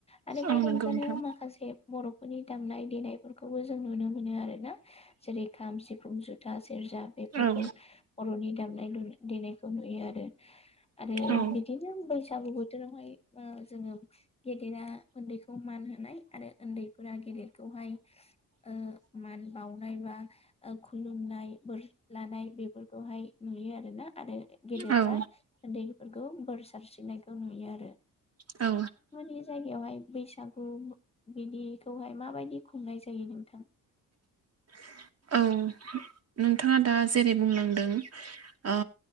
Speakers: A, on the left; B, on the right.
A: आरो बे
B: औ
A: रंजानायाव
B: नंगौ नोंथां
A: माखासे बर'फोरनि दामनाय-देनायफोरखौबो जों नुनो मोनो आरो ना जेरै खाम, सिफुं, जुथा, सेर जा बेफोरखौ
B: औ
A: बर'नि दामनाय दु-देनायखौ नुयो आरो आरो
B: औ
A: बिदि नो बैसागु बोथोरावहाय आ जोङो गेदेरा उन्दैखौ मान होनाय आरो उन्दैफोरा गेदेरखौहाय ओ मान बावनाय बा ओ खुलुमनाय बोर लानाय बेफोरखौहाय नुयो आर ना आरो गेदेरफ्रा
B: औ
A: उन्दैफोरखौ बोर सारस्रिनायखौ नुयो आरो।
B: औ।
A: बे जायगायावहाय बैसागु बिदिखौहाय माबायदि खुंनाय जायो नोंथां?
B: <inaudible> नोंथाङा दा जेरै बुंलांदों आ